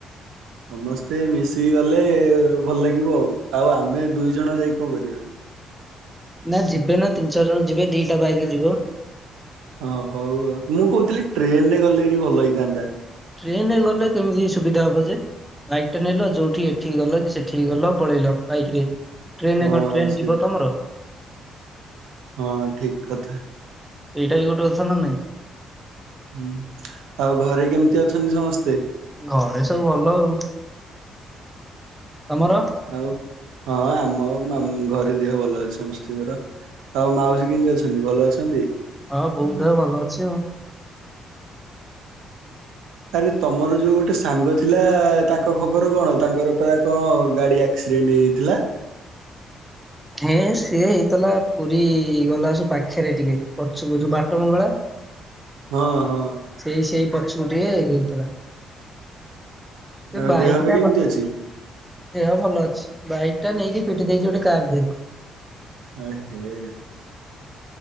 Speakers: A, on the right (about 80°); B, in the centre.
A: ସମସ୍ତେ ମିଶି ଗଲେ ଭଲ ଲାଗିବ ଆଉ ଆଉ ଆମେ ଦୁଇ ଜଣ ଯାଇକି କଣ କରିବା।
B: ନା ଯିବେ ନା ତିନି ଚାରି ଜଣ ଯିବେ ଦିଟା ବାଇକି ଯିବ।
A: ହଁ ହଉ ଆଉ ମୁଁ କହୁଥିଲି ଟ୍ରେନରେ ଗଲେ ବି ଭଲ ହେଇଥାନ୍ତା।
B: ଟ୍ରେନରେ ଗଲେ କେମିତି ସୁବିଧା ହବ ଯେ ବାଇକ୍ ଟା ନେଲ ଯୋଉଠି ଏଠିକି ଗଲ କି ସେଠିକ ଗଲ ପଳେଇଲ ବାଇକ୍ ରେ ଟ୍ରେନରେ
A: ହଁ
B: କଣ ଟ୍ରେନ୍
A: ସେଇଟା
B: ଯିବ ତମର।
A: ହଁ ଠିକ କଥା।
B: ସେଇଟା ବି ଗୋଟେ ଓଷା ନାଇଁ?
A: ଉମ୍ ଆଉ ଘରେ କେମିତି ଅ ଅଛନ୍ତି ସମସ୍ତେ।
B: ଘରେ ସବୁ ଭଲ ଆଉ। ତମର।
A: ଆଉ? ହଁ ଆମ ମାମୁଁ ଘରେ ଦେହ ଭଲ ଅଛି ସମସ୍ତଙ୍କର ଆଉ ମାଉସୀ କେମିତି ଅଛନ୍ତି ଭଲ ଅଛନ୍ତି।
B: ହଁ ବୋଉ ଦେହ ଭଲ ଅଛି ଆଉ।
A: ଆରେ ତମର ଯୋଉ ଗୋଟେ ସାଙ୍ଗ ଥିଲା ତାଙ୍କ ଖବର କଣ ତାଙ୍କର ପୁରା କଣ ଗାଡି ଆକ୍ସିଡେଣ୍ଟ ହେଇଯାଏ ଥିଲା।
B: ହେଁ ସିଏ ହେଇଥିଲା ପୁରୀ ଗଲା ବର୍ଷ ପାଖରେ ଟିକେ ପଛୁକୁ ଯୋଉ ବାଟ ମଙ୍ଗଳା
A: ହଁ ହଁ
B: ସେଇ ସେଇ ପଚ୍ଛକୁ ଟିକେ ହେଇଥିଲା
A: ତାଙ୍କ
B: ଏ ବାଇକ୍
A: ଦେହ ଏବେ
B: ଟା
A: କେମିତି
B: ବା
A: ଅଛି।
B: ଦେହ ଭଲ ଅଛି ବାଇକ୍ ଟା ନେଇକି ପିଟି ଦେଇଛି ଗୋଟେ କାର୍ ଦେହରେ। <inaudible>
A: ଆହେ।